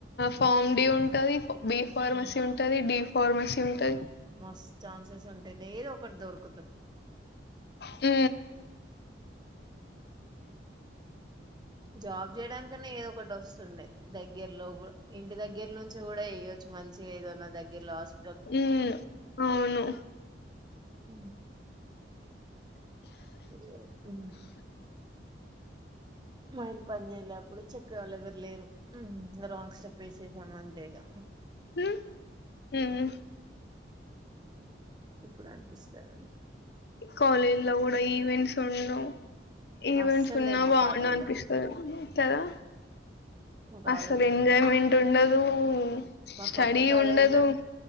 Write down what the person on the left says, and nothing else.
ఫార్మ్ డ ఉంటది బి ఫార్మసీ
ఉంటది డి ఫార్మసి ఉంటది
ఆ
ఉ అవును
హ
కాలేజ్ లో కూడా ఈవెంట్స్ ఉండువు ఈవెంట్స్
ఉన్నా
బాగుండవు
అనిపిస్తద కదా
అసలు ఎంజాయ్మెంట్ ఉండదు
స్టడీ
ఉండదు